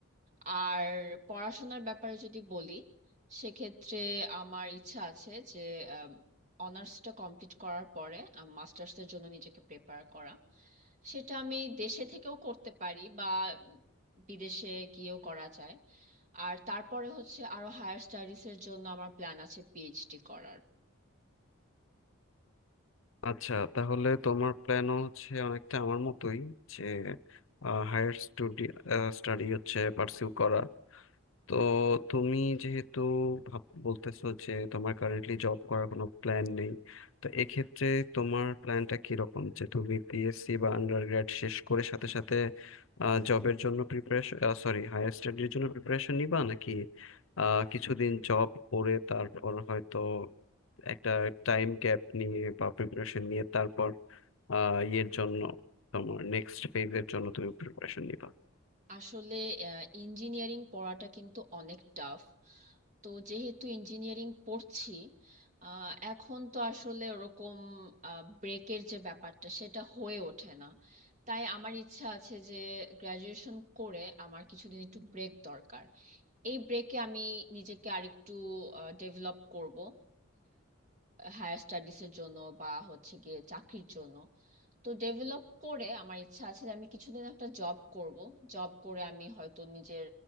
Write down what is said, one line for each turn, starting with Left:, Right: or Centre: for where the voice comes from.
Right: আর পড়াশোনার ব্যাপারে যদি বলি সেক্ষেত্রে আমার ইচ্ছা আছে যে অনার্সটা কমপ্লিট করার পরে মাস্টার্সের জন্য নিজেকে প্রেপার করা সেটা আমি দেশে থেকেও করতে পারি বা বিদেশে গিয়েও করা যায় আর তারপরে হচ্ছে আরো হায়ার স্টাডিজ এর জন্য আমার প্ল্যান আছে পিএইচডি করার
Left: আচ্ছা তাহলে তোমার প্ল্যানও হচ্ছে অনেকটা আমার মতোই যে হায়ার স্টুডি স্টাডি হচ্ছে পার্সিউ করা তো তুমি যেহেতু ভাব বলতেছো যে তোমার কারেন্টলি জব করার কোনো প্ল্যান নেই তো এক্ষেত্রে তোমার প্ল্যানটা কিরকম যে তুমি বিএসসি বা আন্ডারগ্র্যাড শেষ করে সাথে সাথে জবের জন্য প্রিপারেশন সরি হায়ার স্টাডির জন্য প্রিপারেশন নিবা নাকি আহ, কিছুদিন জব করে তারপর হয়তো একটা টাইম গ্যাপ নিয়ে বা প্রিপারেশন নিয়ে তারপর আহ ইয়ের জন্য তোমার নেক্সট ফেজের জন্য তুমি প্রিপারেশন নিবা
Right: আসলে ইঞ্জিনিয়ারিং পড়াটা কিন্তু অনেক টাফ তো যেহেতু ইঞ্জিনিয়ারিং পড়ছি আহ, এখন তো আসলে ওরকম ব্রেকের যে ব্যাপারটা সেটা হয়ে ওঠে না তাই আমার ইচ্ছা আছে যে গ্রাজুয়েশন করে আমার কিছুদিন একটু ব্রেক দরকার এই ব্রেকে আমি নিজেকে আরেকটু ডেভেলপ করব হায়ার স্টাডিজের জন্য বা হচ্ছে গিয়ে চাকরির জন্য তো ডেভেলপ করে আমার ইচ্ছা আছে যে আমি কিছুদিন একটা জব করব জব করে আমি হয়তো নিজের